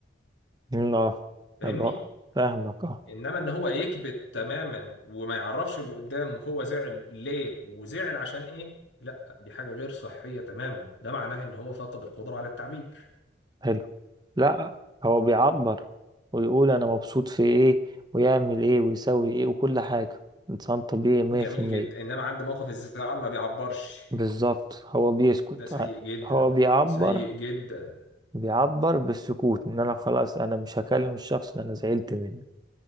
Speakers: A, on the right; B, on the left.
A: مم، اه
B: فاهمني
A: أبقى فاهمك اه
B: انما ان هو يكبت تماما وما يعرفش اللي قدامه هو زعل ليه وزعل عشان ايه لا دي حاجة غير صحية تماما ده معناه ان هو فقد القدرة على التعبير
A: حلو لا هو بيعبر ويقول انا مبسوط في ايه ويعمل ايه ويسوي ايه وكل حاجة انسان طبيعي مية
B: جميل
A: في المية
B: جدا انما عند موقف الزعل ما بيعبرش
A: بالظبط هو بيسكت
B: ده سيء
A: ع-
B: جدا
A: هو بيعبر
B: سيء جدا
A: بيعبر بالسكوت ان انا خلاص انا مش هكلم الشخص اللي انا زعلت منه